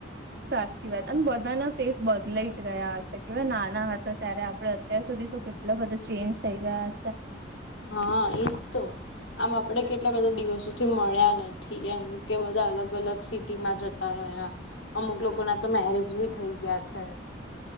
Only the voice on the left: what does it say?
હા, એ તો આમ આપડે કેટલા બધા દિવસોથી મળ્યા નથી એમ કે બધા અલગ અલગ સિટીમાં જ રહ્યા અમુક લોકો ના તો મેરેજ ભી થઈ ગયા છે.